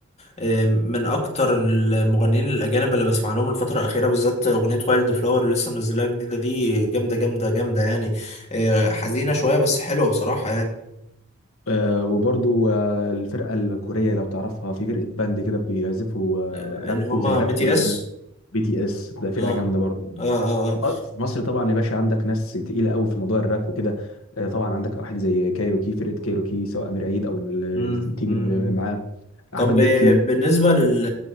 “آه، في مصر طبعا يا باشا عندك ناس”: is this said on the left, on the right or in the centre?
Left